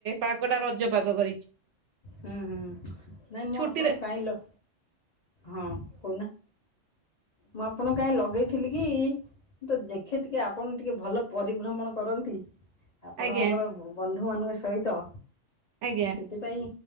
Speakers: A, on the right (about 70°); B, on the left (about 45°).
A: ପାଗଟା ରଜ ପାଗ କରିଛି।
B: ହୁଁ ହୁଁ ନାଇଁ ମୁଁ
A: ଛୁଟିରେ
B: ଆପଣଙ୍କୁ କାହିଁ ଲ ହଁ କହୁନା।
A: <inaudible>
B: ମୁଁ ଆପଣଙ୍କୁ କାହିଁ ଲଗେଇଥିଲିକି? ତ ଦେଖେ ଟିକେ ଆପଣ ଟିକେ ଭଲ ପରିଭ୍ରମଣ କରନ୍ତି। ଆପଣଙ୍କର
A: ଆଜ୍ଞା
B: ବନ୍ଧୁମାନଙ୍କ ସହିତ
A: ଆଜ୍ଞା।
B: ସେଥିପାଇଁ